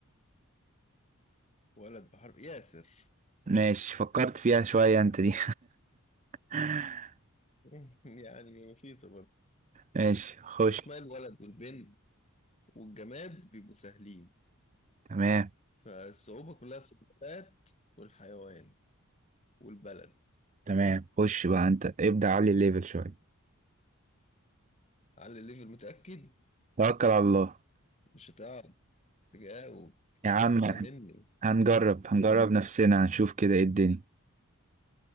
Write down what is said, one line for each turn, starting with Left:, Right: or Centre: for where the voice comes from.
Left: ولد بحرف ياسر
Right: ماشي فكرت فيها شوية أنت دي <laughs>
Left: <laughs> يعني بسيطة برضه
Right: ماشي خش
Left: بس أسماء الولد والبنت والجماد بيبقوا سهلين
Right: تمام
Left: فالصعوبة كلها في النبات والحيوان والبلد
Right: تمام خش بقى أنت ابدأ علي الليفل شوية
Left: على الليفل متأكد
Right: توكل على الله
Left: مش هتعرف تجاوب
Right: يا عم
Left: اسمع مني
Right: هنجرب هنجرب نفسنا هنشوف كده ايه الدنيا